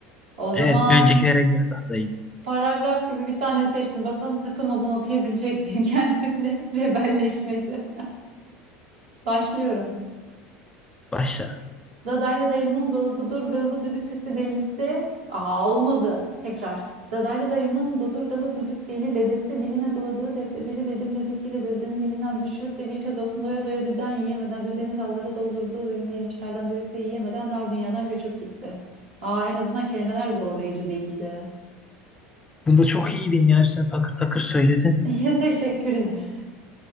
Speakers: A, on the right; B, on the left.
A: O zaman
B: Evet, bir öncekilere göre daha da iyiydi.
A: Paragraf gibi bir tane seçtim. Bakalım takılmadan okuyabilecek miyim <laughs> kendimle? Cebelleşmece. Başlıyorum.
B: Başla.
A: Dadaylı dayımın dodurgalı düdük sesi delisi. Aa olmadı. Tekrar. Dadaylı dayımın dodurgalı düdük deli dedesi diline doladığı debdebeli dedim dedesiyle dırdırın dilinden düşürüp de bir kez olsun doya doya düden yiyemeden düdenin dalları doldurduğu doyumlu yemişlerden doyası yiyemeden dar dünyadan göçüp gitti. Aa en azından kelimeler zorlayıcı değildi.
B: Bunda çok iyiydin ya. Hepsini takır takır söyledin.
A: <laughs> Ya, Teşekkür ederim.